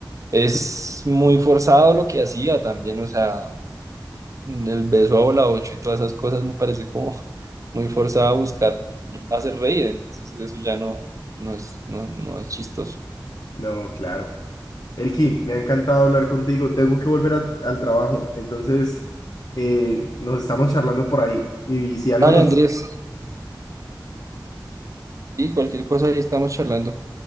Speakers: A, on the right; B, on the left.
A: es
B: Sí.
A: muy forzado lo que hacía también. O sea, mm, El beso a bola ocho y todas esas cosas me parece como <laughs> muy forzada a buscar hacer reír. Entonces eso ya no, no es, no, no es chistoso.
B: No, claro. Elkin, me ha encantado hablar contigo. Tengo que volver a- al trabajo, entonces eh, nos estamos charlando por ahí. Y, si algo
A: Dale,
B: nos...
A: Andrés. Y cualquier cosa ahí estamos charlando.